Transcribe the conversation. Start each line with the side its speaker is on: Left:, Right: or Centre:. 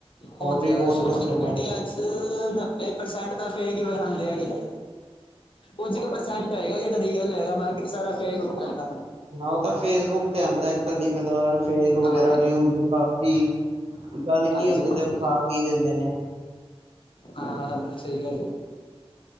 Right: ਹੋਰ
Left: ਉਹ ਤੇ
Right: ਵੀ ਬਹੁਤ
Left: ਸੋਸ਼ਲ
Right: ਕੁਛ ਹੈਗਾ
Left: ਮੀਡੀਆ ਚ ਨੱਬੇ ਪ੍ਰਸੈਂਟ ਦਾ <unintelligible> ਕੁਝ ਕ ਪਸੰਦ ਹੈਗਾ ਜਿਹੜਾ ਰੀਅਲ ਹੈਗਾ ਬਾਕੀ ਸਾਰਾ ਪੇ ਕਰ ਹੈਗਾ।
Right: ਹਾਂ ਉਹ ਤਾਂ ਫੇਸਬੁੱਕ ਤੇ ਆਉਂਦਾ ਕਦੀ ਕਦਾਰ ਫੇਕ ਵਗੈਰਾ
Left: ਹਾਂ
Right: ਨਿਊਜ਼ ਵਿਖਾਤੀ ਗੱਲ ਕੀ
Left: ਹਾਂਜੀ
Right: ਹੁੰਦੀ
Left: ਹਾਂ
Right: ਤੇ ਵਿਖਾਅ ਕੀ ਦਿੰਦੇ ਨੇ।
Left: ਹਾਂ ਸਹੀ ਗੱਲ